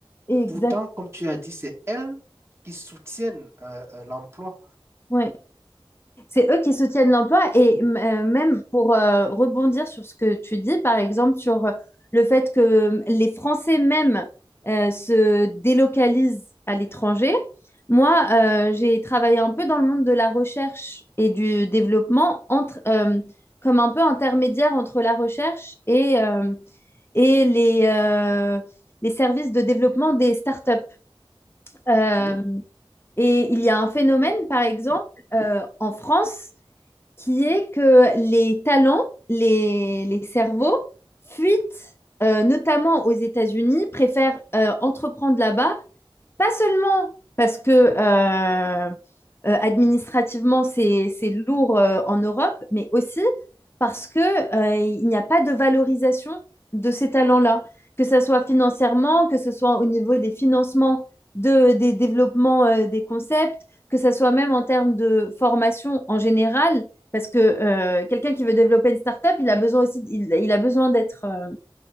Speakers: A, on the left; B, on the right.
A: Exact.
B: Pourtant, comme tu as dit, c'est elles qui soutiennent euh, euh, l'emploi.
A: Ouais. C'est eux qui soutiennent l'emploi et euh, même pour euh, rebondir sur ce que tu dis, par exemple sur le fait que les Français même euh, se délocalisent à l'étranger. Moi, euh, j'ai travaillé un peu dans le monde de la recherche et du développement entre, euh, comme un peu intermédiaire entre la recherche et, euh, et les, euh, les services de développement des startups. Euh,
B: OK.
A: et il y a un phénomène, par exemple, euh, en France, qui est que les talents, les, les cerveaux fuitent, euh, notamment aux États-Unis, préfèrent euh, entreprendre là-bas pas seulement parce que euh, euh, administrativement, c'est, c'est lourd euh, en Europe, mais aussi parce que, euh, il n'y a pas de valorisation de ces talents-là, que ce soit financièrement, que ce soit au niveau des financements de, des développements euh, des concepts, que ce soit même en termes de formation en général, parce que euh, quelqu'un qui veut développer une startup, il a besoin aussi, il, il a besoin d'être, euh,